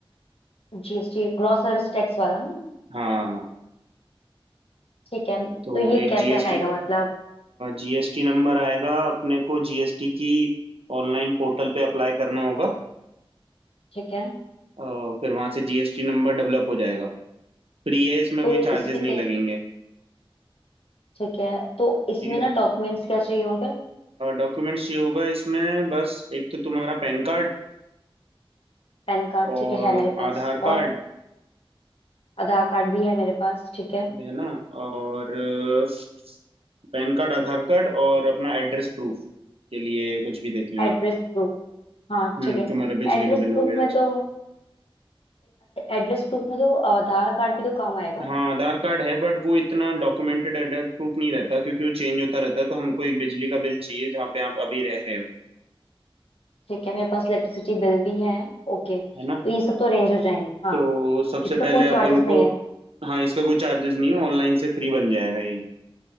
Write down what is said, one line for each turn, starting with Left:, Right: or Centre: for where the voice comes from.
Left: जीएसटी ग्रॉस सर्विस टैक्स वाला ना
Right: हाँ
Left: ठीक है
Right: तो
Left: तो ये
Right: एक
Left: कैसे
Right: जीएसटी
Left: आएगा मतलब
Right: जीएसटी नंबर आएगा अपने को जीएसटी की ऑनलाइन पोर्टल पे अप्लाई करना होगा
Left: ठीक है
Right: अ, फिर वहां से जीएसटी नंबर डेवलप हो जाएगा फ्री है इसमें
Left: तो
Right: कोई चार्जेस
Left: इसमें
Right: नहीं
Left: क्या
Right: लगेंगे
Left: है? ठीक है तो इसमें
Right: ठीक है
Left: ना डॉक्यूमेंट्स क्या चाहिए होंगे
Right: डॉक्यूमेंट्स ये होगा इसमें बस एक तो तुम्हारा पैन कार्ड
Left: पैन कार्ड
Right: और
Left: ठीक है है मेरे पास
Right: आधार
Left: और
Right: कार्ड
Left: आधार कार्ड भी है मेरे पास ठीक है
Right: ये है ना और अ, पैन कार्ड आधार कार्ड और अपना एड्रेस प्रूफ के लिए कुछ भी देख लेना
Left: Address proof हाँ
Right: हम्म
Left: ठीक है
Right: तुम्हारा बिजली
Left: एड्रेस
Right: का बिल
Left: प्रूफ
Right: वगैरह
Left: में तो एड्रेस प्रूफ में तो आधार कार्ड भी तो काम आएगा
Right: हाँ आधार कार्ड है बट वो इतना डॉक्यूमेंटेड एड्रेस प्रूफ नहीं रहता क्योंकि वो चेंज होता रहता है तो हमको एक बिजली का बिल चाहिए जहाँ पे आप अभी रह रहे हो
Left: ठीक है मेरे पास इलेक्ट्रिसिटी बिल भी है ओके तो
Right: है ना
Left: ये सब तो अरेंज हो जाएंगे हाँ
Right: तो सबसे
Left: इसका
Right: पहले
Left: कोई
Right: अपन
Left: चार्जेस नहीं
Right: को
Left: है
Right: हाँ इसका कोई चार्जेस नहीं है ऑनलाइन से फ्री बन जाएगा ये